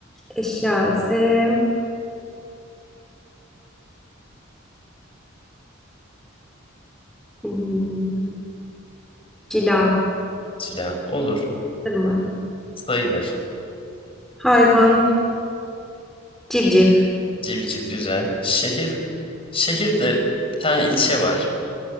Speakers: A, in the centre; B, on the left (about 30°).
A: Eşya ise hmm, cila.
B: Cila olur.
A: Mı?
B: Sayılır.
A: Hayvan. Civciv.
B: Civciv güzel. Şehir. Şehirde bir tane ilçe var.